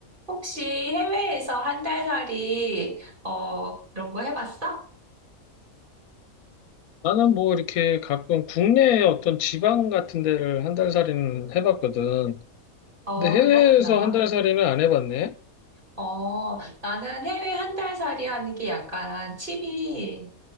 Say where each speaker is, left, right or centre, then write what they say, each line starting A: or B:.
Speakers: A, on the right; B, on the left.
A: 혹시 해외에서 한 달 살이, 어, 그런 거 해봤어?
B: 나는 뭐 이렇게 가끔 국내 어떤 지방 같은 데를 한 달 살이는 해봤거든.
A: 어,
B: 근데 해외에서
A: 그렇구나.
B: 한 달 살이는 안 해봤네.
A: 어, 나는 해외 한 달 살이 하는 게 약간 취미,